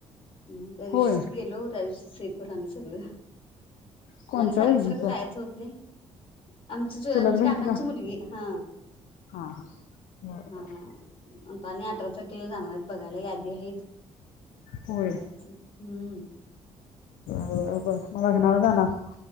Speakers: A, on the left; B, on the left.
A: म त्या दिवशीच
B: होय
A: गेलो त्या दिवशी <unintelligible> सगळं
B: कोणत्या
A: आणि सारखं
B: बहिणीचं
A: सारखं जायाचं होत नाही. आमची चू अ
B: चुलत
A: म्हणजे
B: बहिणीला
A: काकांची मुलगी हा,
B: हा <unintelligible>
A: हा हा. आणि अठरा तारखेला जाणार येत बघायला यादी आहेत. ते
B: होय
A: पण आहेच हम्म.
B: <unintelligible> हना.